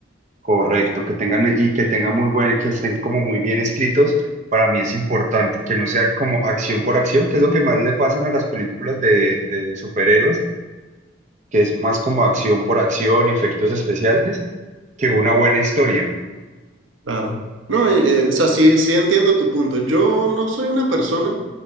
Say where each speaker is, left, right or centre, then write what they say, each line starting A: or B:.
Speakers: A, on the right; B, on the right.
A: correcto, que tengan y que tengan muy buen, que estén como muy bien escritos, para mí es importante, que no sea como acción por acción, que es lo que más le pasan a las películas de, de superhéroes que es más como acción por acción y efectos especiales que una buena historia.
B: Claro. No, eh, eh, o sea, sí, sí entiendo tu punto. Yo no soy una persona,